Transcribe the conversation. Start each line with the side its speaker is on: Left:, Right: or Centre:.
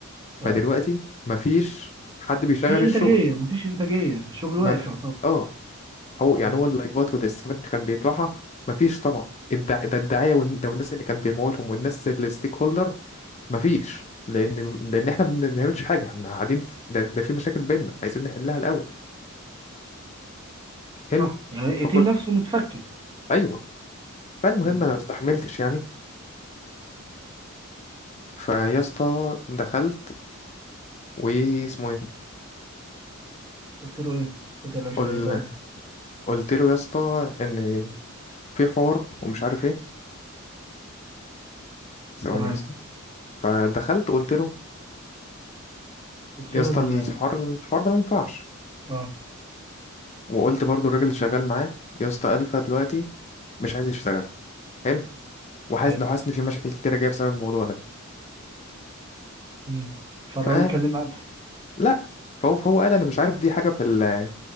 Right: اه
Left: فدلوقتي مفيش حد بيشغل
Right: مفيش انتاجيه
Left: الشغل
Right: مفيش انتاجيه الشغل
Left: مف...
Right: واقف يعتبر
Left: اه هو يعني
Right: مم.
Left: هو اللايفات والستريمات اللي كان بيطلعها مفيش طبعا الدع... ده الدعاية وال- ده والناس اللي كان بيمولهم والناس الستيك هولدر مفيش لان لان احنا ما بنعملش حاجه احنا قاعدين في... ده... ده في مشاكل بينا عايزين نحلها الاول حلو
Right: صح يعني التيم
Left: فقلت
Right: نفسه متفكك
Left: ايوه فالمهم
Right: مم.
Left: انا ما استحملتش يعني فيا اسطى دخلت واسمه ايه
Right: قلت له ايه قلت له الف
Left: قل...
Right: ايه بقى
Left: قلت له يا اسطى ان في حوار ومش عارف ايه ثواني
Right: تمام
Left: يا اسطى فدخلت قلت له
Right: قلت
Left: يا اسطى
Right: له ان
Left: الحوار الحوار ده ما ينفعش
Right: اه
Left: وقلت برضو الراجل اللي شغال معاه يا اسطى الفا دلوقتي مش عايز يشتغل حلو وحاسس
Right: حلو
Left: لو حاسس ان في مشاكل كتيره جايه بسبب الموضوع ده
Right: امم فالراجل
Left: ف
Right: كلم ألف
Left: لا فهو فهو قال انا مش عارف دي حاجه في ال